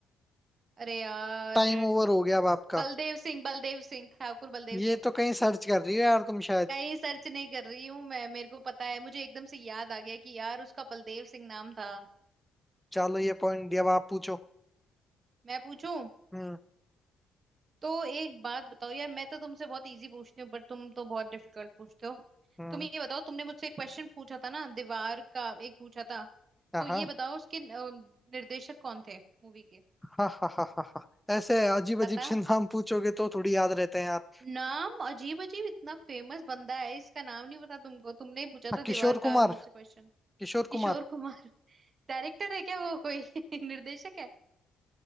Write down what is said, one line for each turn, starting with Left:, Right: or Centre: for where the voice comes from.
Right: अरे यार
Centre: टाइम ओवर हो गया अब आपका
Right: बलदेव सिंह बलदेव सिंह ठाकुर बलदेव
Centre: ये
Right: सिंह
Centre: तो कहीं सर्च कर रही हो यार तुम शायद
Right: कहीं सर्च नहीं कर रही हूँ मैं मेरे को पता है मुझे एकदम से याद आ गया कि यार उसका बलदेव सिंह नाम था
Centre: चलो ये पॉइंट दिया अब आप पूछो
Right: मैं पूछूं
Centre: हम्म
Right: तो एक बात बताओ यार मैं तो तुमसे बहुत इजी पूछती हूँ पर तुम तो बहुत डिफिकल्ट पूछते हो
Centre: हम्म
Right: तुम ये बताओ तुमने मुझसे एक क्वेश्चन पूछा था ना दीवार का एक पूछा था
Centre: हाँ
Right: तो ये
Centre: हाँ
Right: बताओ उसके अ, निर्देशक कौन थे मूवी के
Centre: हाँ हाँ हाँ हाँ ऐसे अजीब
Right: बताओ
Centre: अजीब से नाम पूछोगे तो थोड़ी याद रहते हैं यार
Right: नाम अजीब अजीब इतना फेमस बंदा है इसका नाम नहीं पता तुमको तुमने ही पूछा
Centre: हाँ,
Right: था
Centre: किशोर
Right: दीवार
Centre: कुमार
Right: का मुझसे क्वेश्चन
Centre: किशोर
Right: किशोर
Centre: कुमार
Right: कुमार <laughs> डायरेक्टर है क्या वो कोई <laughs> निर्देशक है